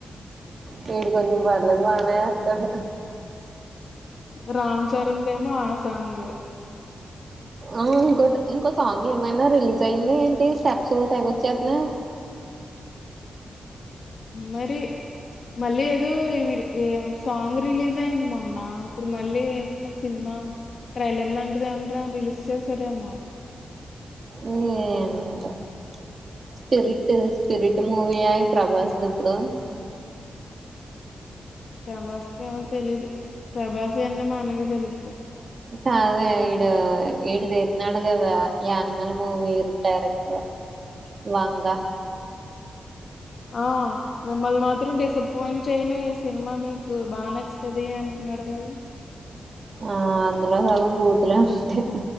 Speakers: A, on the right; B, on the left.
A: వీడు కొంచం వర్లేదు బానే తడు
B: రామ్ చరణ్ దేమో ఆసాంగ్
A: ఉమ్ ఇంకోటి ఇంకో సాంగ్ ఏమైనా రిలీజ్ అయింది ఏంటి, స్టెప్స్ ఓ తెగొచ్చేస్తున్నాయి.
B: మరి మళ్ళీ ఏదో ఈ విడి సాంగ్ రిలీజ్ అయింది మొన్న. ఇప్పుడు మళ్ళీ ఏమ సినిమా ట్రైలర్ లాంటిది ఏమంటే రిలీజ్ చేశారేమో,
A: ఉమ్మ్ ఏంటో స్పిరిట్ స్పిరిట్ మూవీ అవి ప్రభాస్ ది ఇప్పుడు
B: ప్రభాస్ తెలీదు ప్రభాసి అన్ని మా అన్నకె తెలుస్తాయి
A: కాదే ఈడు ఈడుదితున్నాడు కదా, యానిమల్ మూవీ డైరెక్టర్ వంగ
B: ఆ మిమ్మల్ని మాత్రం డిసప్పయింట్ చేయనే, ఈ సినిమా మీకు బాగా నచ్చుతది అంటున్నాడు కదా.
A: ఆ అందులో సగం బూతులే ఉంటాయి